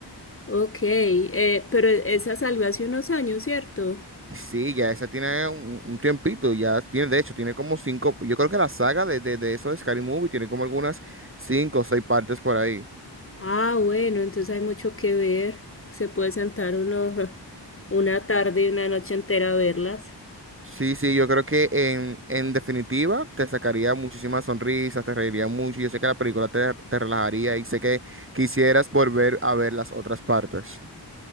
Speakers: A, on the left; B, on the right.
A: Ok, eh, pero e, esa salió hace unos años, ¿cierto?
B: Sí, ya esa tiene un, un tiempito, ya tiene, de hecho, tiene como cinco, yo creo que la saga de, de, de eso de Scary Movie tiene como algunas cinco o seis partes por ahí.
A: Ah, bueno, entonces hay mucho que ver. Se puede sentar uno <laughs> una tarde y una noche entera a verlas.
B: Sí, sí, yo creo que en, en definitiva te sacaría muchísimas sonrisas, te reiría mucho, yo sé que la película te, te relajaría y sé que quisieras volver a ver las otras partes.